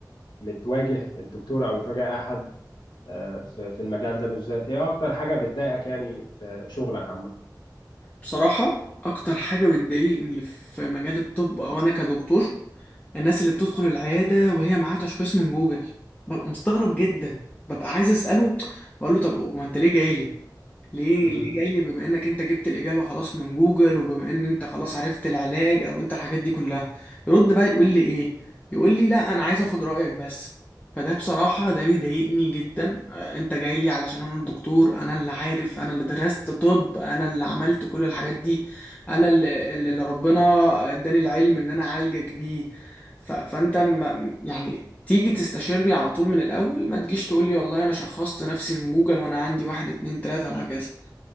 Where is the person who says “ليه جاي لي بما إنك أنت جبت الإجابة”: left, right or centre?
Left